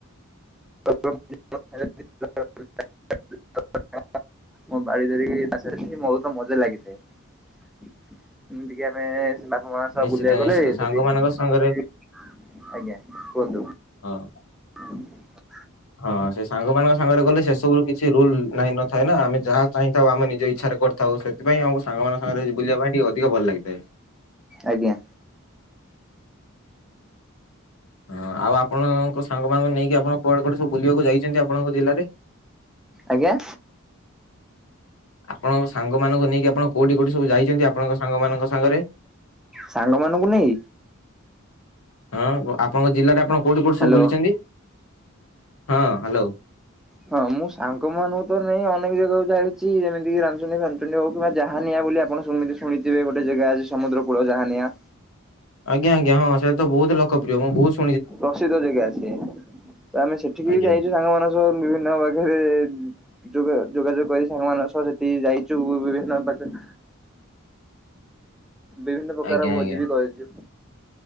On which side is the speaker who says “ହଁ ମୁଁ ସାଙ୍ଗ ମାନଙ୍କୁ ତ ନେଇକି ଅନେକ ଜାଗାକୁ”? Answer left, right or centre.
Centre